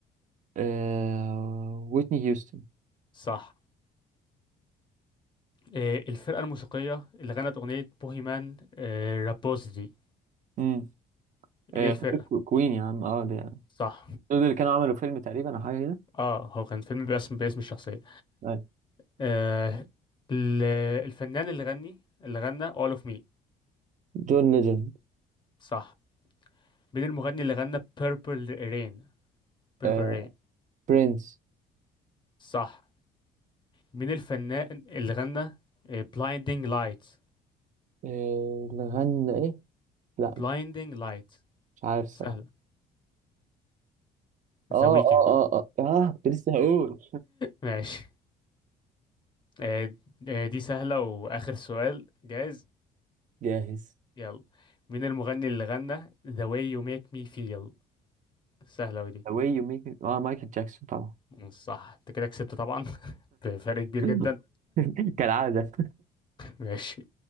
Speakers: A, on the right (about 50°); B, on the left (about 25°).
A: آه... ويتني هيوستن
B: صح آه، الفرقة الموسيقية اللي غنت أغنية بوهيمان آه، رابوزي دي
A: امم آه...
B: ايه الفرقة؟
A: فاكر كو- كوين يا عم اه ده
B: صح
A: دول اللي كانوا عملوا فيلم تقريبا او حاجه كده
B: اه هو كان فيلم باسم باسم الشخصية
A: أيوة.
B: آه ال- الفنان اللي غني اللي غنى All of Me
A: جون ليجند
B: صح مين المغني اللي غنى Purple Rain Purple
A: آه...
B: Rain
A: برنس
B: صح مين الفنان اللي غنى آه، Blinding Light
A: آه... اللي غنى ايه لا
B: Blinding
A: مش
B: Light
A: مش عارف الصراحه
B: سهلة The
A: اه
B: Weeknd
A: اه اه اه اه كنت لسه هقول
B: ماشي آه، آه، دي سهلة وآخر سؤال جاهز
A: جاهز
B: يلا مين المغني اللي غنى The way you make me feel سهلة ودي
A: The way you make it اه مايكل جاكسون طبعا
B: مم، صح انت كده كسبت طبعا <laughs> بفرق كبير جدا
A: <laughs> كالعادة
B: ماشي